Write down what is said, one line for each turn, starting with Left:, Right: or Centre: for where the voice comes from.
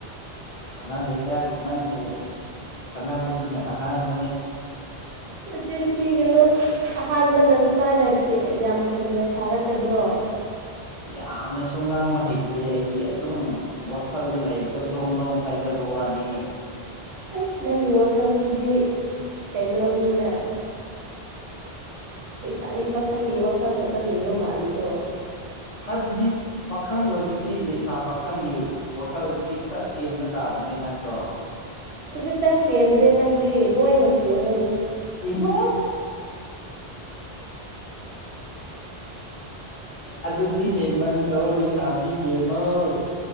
Left: ꯁꯥꯟꯅꯗꯦꯗ ꯅꯪꯕꯨ ꯁꯥꯟꯅꯕꯕꯁꯤꯅ ꯑꯍꯥꯟꯕꯅꯦ
Right: ꯆꯤꯟ ꯊꯤꯒꯅꯨ ꯑꯍꯥꯟꯕꯅ ꯁꯨꯃꯅ ꯌꯥꯝ ꯍꯩꯅ ꯁꯥꯔꯛꯀꯗ꯭ꯔꯣ
Left: <unintelligible> <inaudible> ꯌꯥꯝꯅꯁꯨ ꯉꯥꯡꯕ ꯍꯩꯇꯦ ꯑꯩꯗꯤ ꯑꯗꯨꯝ ꯋꯥꯈꯜꯗ ꯂꯩꯕꯗ ꯗꯣꯡ ꯗꯣꯡ ꯍꯥꯏꯖꯕ ꯇ ꯋꯥꯅꯤ
Right: ꯑꯁ ꯅꯪꯒꯤ ꯋꯥꯈꯜꯁꯤꯗꯤ ꯀꯩꯅꯣꯝꯅꯤꯅ ꯂꯩꯁꯥꯕꯤ ꯄꯥꯈꯪꯒꯤ ꯋꯥꯈꯜ ꯈꯛꯇ ꯂꯩꯕ ꯃꯥꯜꯂꯤꯀꯣ
Left: ꯍꯥꯏꯕꯗꯤ ꯄꯥꯈꯪ ꯑꯣꯏꯔꯗꯤ ꯂꯩꯁꯥ ꯄꯥꯈꯪꯒꯤ ꯋꯥꯈꯜꯗꯨꯗꯤ ꯈꯔ ꯆꯦꯟꯕ ꯇꯥꯕ ꯅꯤ ꯅꯠꯇ꯭ꯔꯣ
Right: ꯈꯖꯤꯛꯇꯪ ꯆꯦꯟꯗ꯭ꯔꯦ ꯅꯪꯗꯤ ꯂꯣꯏꯅ ꯆꯦꯜꯂꯦ
Left: ꯑꯦꯃꯥꯏ ꯑꯗꯨꯗꯤ ꯍꯦꯟꯃꯟꯗ꯭ꯔꯣ ꯂꯩꯁꯥꯕꯤ ꯕꯦꯝꯃꯧ